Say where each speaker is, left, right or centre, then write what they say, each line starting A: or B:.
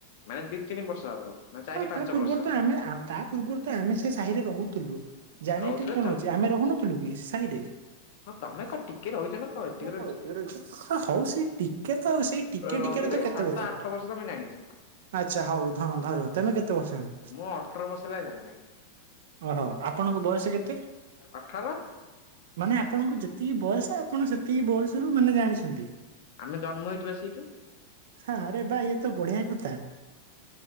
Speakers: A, on the left; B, on the right.
A: ମାନେ ଦି ତିନି ବର୍ଷ ହବ ନା ଚାରି
B: ହଁ
A: ପାଞ୍ଚ
B: ତା ପୂର୍ବରୁ
A: ବର୍ଷ
B: ତ ଆମେ ଆମ ତା ପୂର୍ବରୁ ତ ଆମେ ସେ ସାହିରେ ରହୁଥିଲୁ ଜାଣିବା
A: ରହୁଥିଲେ
B: ଟିକେ କଣ
A: ତ?
B: ଅଛି ଆମେ ରହୁନଥିଲୁ କି ସାହିରେ?
A: ହଁ ତମେ କଣ
B: ଅ
A: ଟିକେ ରହିଛ ନା କଣ ଏତିକି ରହିଛ
B: ହଁ ହଉ ସେ ଟିକେ ତ ସେଇ ଟିକେ
A: ରହି
B: ଟିକେରେ ତ
A: ରହି
B: କେତେ
A: ସାତ
B: କଥା
A: ଆଠ ବର୍ଷ ତମେ ଜାଣିଛ।
B: ଆଛା ହଉ ଧ ଧର ତମେ କେତେ ବର୍ଷ ଅଣି?
A: ମୁଁ ଅଠର ବର୍ଷ ହେଲା ଜାଣିନାହିଁ।
B: ଅହୋ ଆପଣଙ୍କ ବୟସ କେତେ?
A: ଅଠର।
B: ମାନେ ଆପଣଙ୍କୁ ଯେତିକି ବୟସ ଆପଣ ସେତିକି ବୟସରୁ ମାନେ ଜାଣିସନ୍ତି।
A: ଆମେ ଜନ୍ମ ହେଇଯିବା ସେଇଠୁ
B: ହା ଆରେ ବା ୟେତ ବଢିଆ କଥା।